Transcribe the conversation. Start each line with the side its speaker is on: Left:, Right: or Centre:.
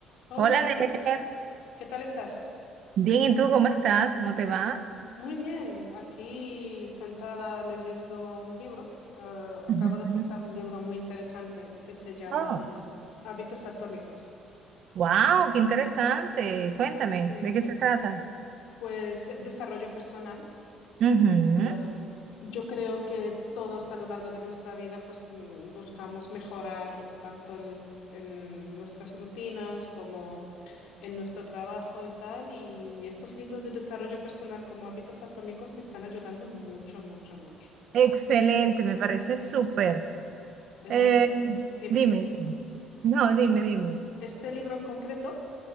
Left: Hola,
Right: Hola,
Left: Mary.
Right: Ner.
Left: ¿Qué tal estás?
Right: Bien, ¿y tú cómo estás? ¿Cómo te va?
Left: Muy bien, aquí sentada leyendo un libro. Ah, acabo
Right: Ujú.
Left: de empezar un libro muy interesante que se llama
Right: Oh,
Left: Hábitos Atómicos.
Right: wow, qué interesante. Cuéntame,
Left: Y,
Right: ¿de qué se trata?
Left: pues es desarrollo personal.
Right: Ujú.
Left: Ah, yo creo que todos a lo largo de nuestra vida pues mm, buscamos mejorar tanto en, nues- en nuestras rutinas como en nuestro trabajo y tal, y estos libros de desarrollo personal como hábitos atómicos me están ayudando mucho, mucho, mucho.
Right: Excelente, me parece súper.
Left: Eh,
Right: Eh,
Left: dime,
Right: dime, dime. No, dime, dime.
Left: este libro en concreto